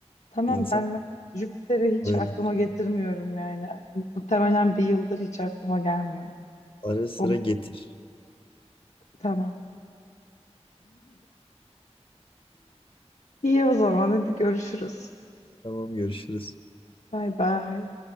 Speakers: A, on the left; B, on the left.
A: Tamam
B: İnsan
A: ben Jüpiter'i hiç
B: böyle
A: aklıma getirmiyorum yani. Muhtemelen bir yıldır hiç aklıma gelmiyor.
B: ara sıra
A: O
B: getir.
A: tamam. İyi o zaman hadi görüşürüz.
B: Tamam görüşürüz.
A: Bay bay.